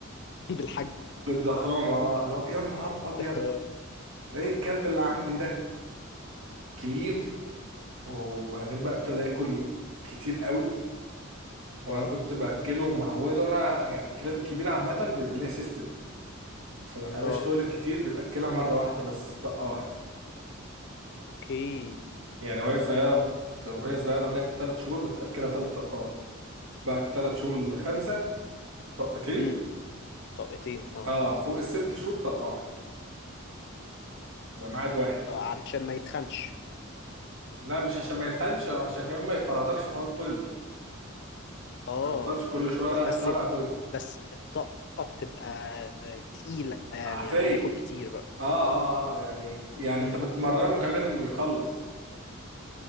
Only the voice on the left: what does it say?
<laughs> بالحجم
اه
اه
اه
اوكي
امم
امم طاقتين اه
آه، علشان ما يتخنش
اه
ب-
بس
بس الطاقة بتبقى تقيلة يعني
يعني بياكل كتير بقى
امم